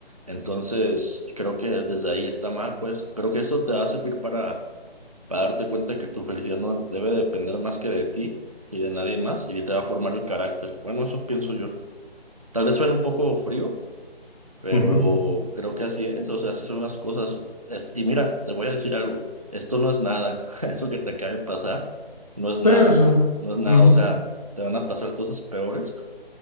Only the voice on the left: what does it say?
ujú,
sí,
sí,
ujú,